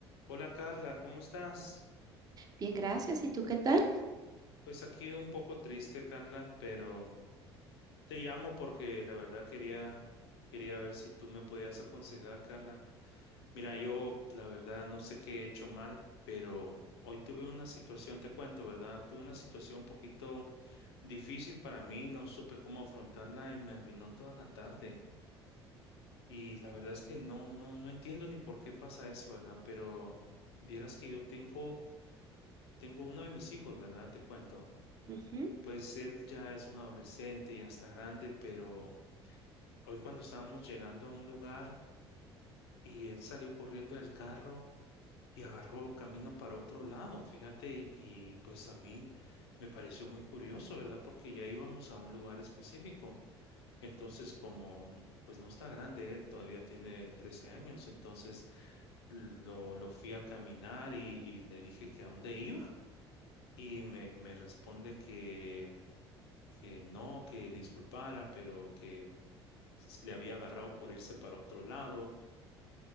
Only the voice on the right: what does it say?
Bien, gracias. ¿Y tú qué tal?
Ujú,